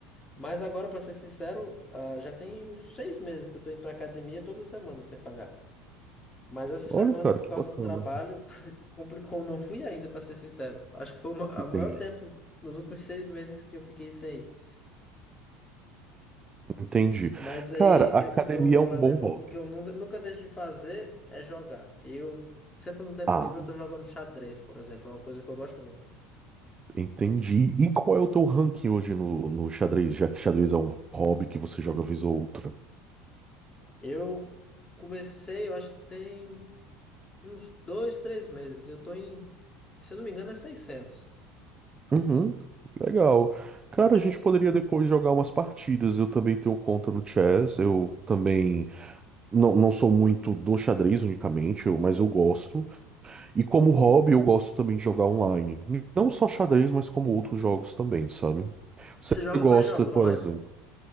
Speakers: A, on the left; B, on the right.
A: Mas agora, pra ser sincero, ah, já tem uns seis meses que eu tô indo pra academia é toda semana sem falhar. Mas essa semana,
B: Olha, cara,
A: por
B: que
A: causa
B: bacana.
A: do trabalho, <laughs> complicou. eu Não fui ainda, pra ser sincero. Acho que foi o
B: Entendi.
A: maior tempo nos últimos seis meses que eu fiquei sem ir.
B: Entendi.
A: Mas aí,
B: Cara,
A: eu,
B: academia
A: eu,
B: é
A: por
B: um
A: exemplo,
B: bom hobby.
A: o que eu nun- nunca deixo de fazer é jogar. Eu, sempre no tempo
B: Ah,
A: livre, eu tô jogando xadrez, por exemplo. É uma coisa que eu gosto muito.
B: entendi. E qual é o teu ranking hoje no, no xadrez, já que xadrez é um hobby que você joga vez ou outra?
A: Eu comecei, eu acho que tem. Uns dois, três meses. Eu tô em, se eu não me engano, é 600
B: Uhum, legal. Cara,
A: no chess.
B: a gente poderia depois jogar umas partidas. Eu também tenho conta no chess. Eu também não, não sou muito do xadrez unicamente, eu- mas eu gosto. E como hobby, eu gosto também de jogar online. Não só xadrez, mas como outros jogos também, sabe? Você
A: Você joga
B: gosta,
A: quais jogos
B: por
A: online?
B: exemplo?